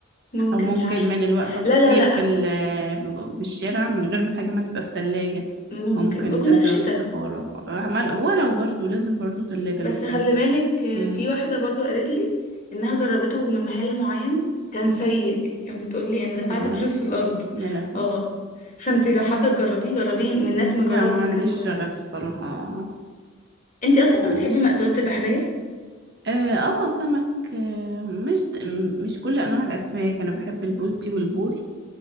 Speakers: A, on the left; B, on the right.
A: ممكن
B: أو ممكن
A: مش عارفه
B: من الوقفة
A: لا
B: كتير
A: لا لا
B: في ال- في الشارع من غير ما الحاجة ما تبقى في تلاجة
A: ممكن
B: ممكن
A: كنا
B: ده سبب
A: في شتاء
B: الزفارة عمال ولو برضو لازم برضو تلاجة
A: بس
B: للحفظ
A: خلي بالك آه،
B: مم.
A: في واحده برضو قالت لي انها جربته من محل معين كان سيء كان بتقول لي انا
B: والله
A: دفعت فلوس في الارض
B: يا لهوي
A: اه فانتي لو حابه تجربيه جربيه من ناس مجربه
B: لا ما
A: في مكان
B: عنديش
A: كويس
B: شغف الصراحة
A: انتي اصلا
B: ما عنديش
A: بتحبي المأكولات
B: شغف
A: البحريه
B: اه آه، سمك آه، مش د- م- مش كل انواع الاسماك انا بحب البولتي والبوري